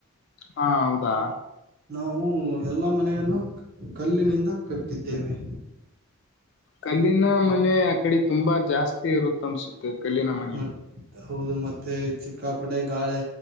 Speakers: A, on the left; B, on the right.
A: ಹಾ ಹೌದಾ
B: ನಾವು ಎಲ್ಲ ಮನೆಯನ್ನು ಕಲ್ಲಿನಿಂದ ಕಟ್ಟಿದ್ದೇವೆ
A: ಕಲ್ಲಿನ ಮನೆ ಆ ಕಡೆ ತುಂಬಾ ಜಾಸ್ತಿ ಇರುತ್ತ ಅನ್ಸುತ್ತೆ ಕಲ್ಲಿನ ಮನೆ
B: ಮತ್ ಹೌದು ಮತ್ತೆ ಚಿಕ್ಕಾಪಟೆ ಗಾಳೆ